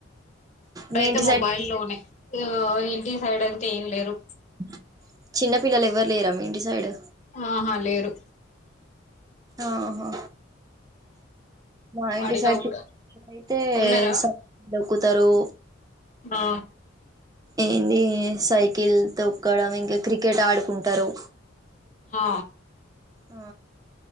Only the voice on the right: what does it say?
మీ ఇంటి సైడ్
అ చిన్న పిల్లలు ఎవ్వరు లేరా మీ ఇంటి సైడ్?
ఆహా మా ఇంటి
సైడ్
చు అయితే
స కుతరూ
ఏంది సైకిల్ తొక్కడం, ఇంక క్రికెట్ ఆడుకుంటరు.
ఆ